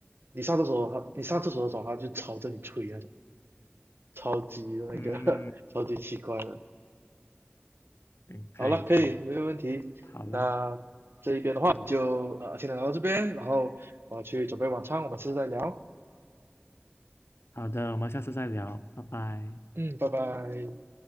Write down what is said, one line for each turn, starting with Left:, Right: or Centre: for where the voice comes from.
Right: 你上厕所，你上厕所的时候，它就朝着你吹那种，超级那个，
Left: 嗯，
Right: <laughs> 超级奇怪的。
Left: 嗯可以可以。
Right: 好了，可以，没有问题。
Left: 好了，
Right: 那这一边的话，就呃先聊到这边，然后我要去准备晚餐，我们下次再聊。
Left: 好的，我们下次再聊，拜拜。
Right: 嗯，拜拜。